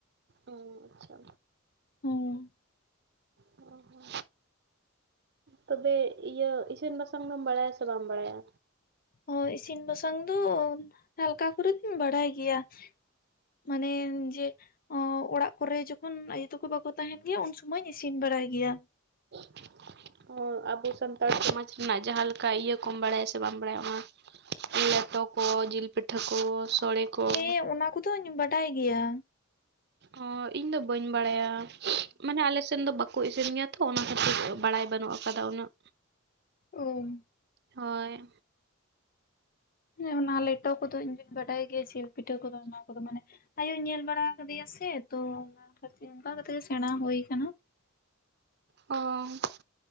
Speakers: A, on the right; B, on the left.
A: ᱚ ᱟᱪᱪᱷᱟ
B: ᱦᱩᱸ
A: ᱦᱚᱸ ᱦᱚᱸ ᱛᱚᱵᱮ ᱤᱭᱟᱹ ᱤᱥᱤᱱ ᱵᱟᱥᱟᱝ ᱫᱚᱢ ᱵᱟᱲᱟᱭᱟ ᱥᱮ ᱵᱟᱢ ᱵᱟᱲᱟᱭᱟ
B: ᱚ ᱤᱥᱤᱱ ᱵᱟᱥᱟᱝ ᱫᱚ ᱦᱟᱞᱠᱟ ᱠᱚᱨᱮ ᱫᱩᱧ ᱵᱟᱲᱟᱭ ᱜᱮᱭᱟ ᱢᱟᱱᱮ ᱡᱮ ᱚᱸ ᱚᱲᱟᱜ ᱠᱚᱨᱮ ᱡᱚᱠᱷᱚᱱ ᱟᱭᱩ ᱛᱟᱠᱚ ᱵᱟᱠᱚ ᱛᱟᱦᱮᱱ ᱜᱮᱭᱟ ᱩᱱ ᱥᱩᱢᱚᱭ ᱤᱧ ᱤᱥᱤᱱ ᱵᱟᱲᱟᱭ ᱜᱮᱭᱟ
A: <unintelligible> ᱚ ᱟᱵᱚ ᱥᱟᱱᱛᱟᱲ ᱥᱚᱢᱟᱡᱽ ᱨᱮᱱᱟᱜ ᱡᱟᱦᱟᱸ ᱞᱮᱠᱟ ᱤᱭᱟᱹ ᱠᱚᱢ ᱵᱟᱲᱟᱭᱟ ᱥᱮ ᱵᱟᱢ ᱵᱟᱲᱟᱭᱟ ᱚᱱᱟ ᱞᱮᱴᱚ ᱠᱚ ᱡᱤᱞ ᱯᱤᱴᱷᱟᱹ ᱠᱚ ᱥᱚᱲᱮ ᱠᱚ
B: ᱦᱮᱸ ᱚᱱᱟ ᱠᱚᱫᱚᱧ ᱵᱟᱰᱟᱭ ᱜᱮᱭᱟ
A: ᱚ ᱤᱧ ᱫᱚ ᱵᱟᱹᱧ ᱵᱟᱲᱟᱭᱟ ᱢᱟᱱᱮ ᱟᱞᱮ ᱥᱮᱱ ᱫᱚ ᱵᱟ ᱠᱚ ᱤᱥᱤᱱ ᱜᱮᱭᱟ ᱛᱚ ᱚᱱᱟ ᱠᱷᱟᱹᱛᱤᱨ ᱵᱟᱲᱟᱭ ᱵᱟᱹᱱᱩᱜ ᱟᱠᱟᱫᱟ ᱩᱱᱟᱹᱜ
B: ᱚᱸ
A: ᱦᱳᱭ
B: ᱦᱮᱸ ᱚᱱᱟ ᱞᱮᱴᱚ ᱠᱚᱫᱚ ᱤᱧ‌ ᱫᱚᱧ ᱵᱟᱰᱟᱭ ᱜᱮᱭᱟ ᱡᱤᱞ ᱯᱤᱴᱷᱟᱹ ᱠᱚᱫᱚ ᱚᱱᱟ ᱠᱚᱫᱚ ᱢᱟᱱᱮ ᱟᱭᱳᱭ ᱧᱮᱞ ᱵᱟᱲᱟ ᱟᱠᱟᱫᱮᱭᱟ ᱥᱮ ᱛᱚ ᱚᱱᱟ ᱠᱷᱟᱹ ᱚᱱᱠᱟ ᱠᱟᱛᱮᱜ ᱥᱮᱬᱟ ᱦᱩᱭ ᱟᱠᱟᱱᱟ <inaudible>
A: ᱚ